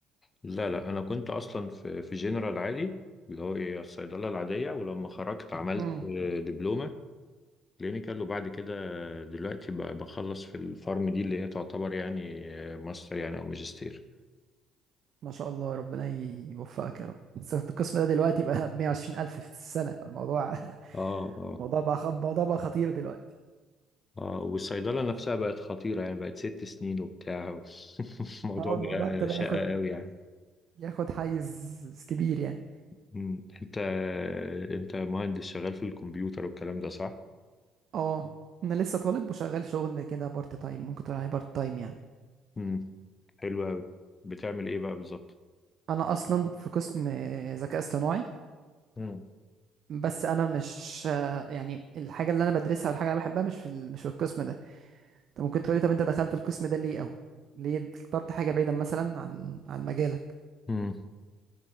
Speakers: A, on the left (about 30°); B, on the right (about 55°).
A: لا لا أنا كنت أصلا في في جنرال عادي اللي هو إيه الصيدلة العادية ولما خرجت عملت
B: امم
A: آه، دبلومة كلينيكال وبعد كده دلوقتي ب- بخلص في الفارم دي اللي هي تعتبر يعني آه، ماستر يعني أو ماجستير
B: ما شاء الله ربنا يوفقك يا رب بس انت القسم ده دلوقتي بقى ب 120 الف في السنة الموضوع <laughs>
A: اه اه
B: الموضوع بقى خ... الموضوع بقى خطير دلوقتي
A: اه والصيدلة نفسها بقت خطيرة يعني بقت ست سنين وبتاع <laughs> الموضوع
B: اه
A: بقى
B: الموضوع ابتدى
A: شقة
B: ياخد
A: قوي يعني
B: ياخد حيز كبير يعني
A: مم. انت انت مهندس شغال في الكمبيوتر والكلام ده صح؟
B: اه انا لسه طالب وشغال شغل كده بارت تايم ممكن تقول عليه بارت تايم يعني
A: مم. حلو قوي بتعمل ايه بقى بالظبط؟
B: انا اصلا في قسم آه، ذكاء اصطناعي
A: مم.
B: بس انا مش آه، يعني الحاجه اللي انا بدرسها والحاجه اللي انا بحبها مش في ال- مش في القسم ده انت ممكن تقولي طب انت دخلت القسم ده ليه او ليه اخترت حاجه بعيده مثلا عن عن مجالك
A: امم